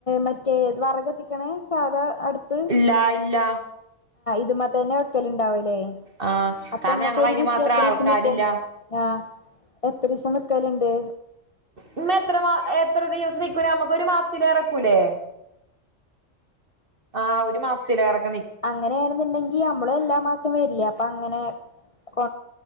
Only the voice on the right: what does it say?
ഇല്ല. ഇല്ല.
ആഹ്
കാരണം
ഞങ്ങള
അയിന്
മാത്രം
ആൾക്കാരില്ല
മ്മ എത്ര മാ എത്ര ദിവസം നിക്കൂ നമ്മുക്ക് ഒരു മാസത്തിലേറെ നിക്കു ലേ? ആ ഒരു മാസത്തില ഇറക്ക